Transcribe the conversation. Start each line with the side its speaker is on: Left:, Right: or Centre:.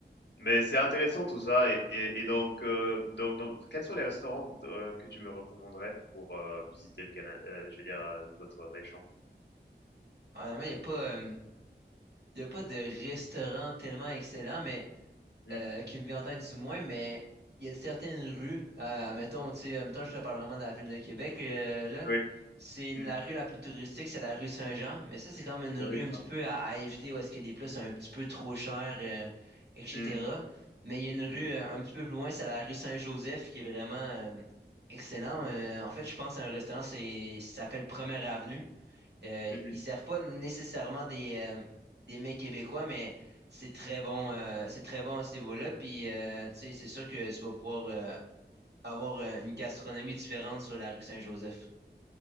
Left: Mais c'est intéressant tout ça. Et, et, et donc, euh, donc, donc, quels sont les restaurants euh, que tu me recommanderais pour euh, visiter le Canada, je veux dire, euh, votre région?
Right: Honnêtement, il y a pas euh, y a pas de restaurant tellement excellent, mais
Left: Hmm.
Right: euh, qui me vient en tête du moins, mais il y a certaines rues, euh, mettons, tu sais, euh, mettons, je te parle vraiment de la ville de Québec, euh, là,
Left: Oui.
Right: c'est la
Left: Hmm.
Right: rue la plus touristique, c'est la rue Saint-Jean, mais ça, c'est comme une
Left: Oui.
Right: rue
Left: oui,
Right: un petit peu à, à éviter où est-ce que des plats sont un petit peu trop chers, euh, etc.
Left: Hmm.
Right: Mais il y a une rue
Left: Hmm.
Right: euh, un petit peu plus loin, c'est la rue Saint-Joseph, qui est vraiment euh, excellent. Euh, en fait, je pense à un restaurant, c'est, ça s'appelle Première Avenue. Euh,
Left: Hmm. hmm.
Right: ils servent pas nécessairement des, euh, des mets québécois, mais c'est très bon, euh, c'est très bon à ce niveau-là. Puis, euh, tu sais, c'est sûr que tu vas pouvoir euh, avoir euh, une gastronomie différente sur la rue Saint-Joseph.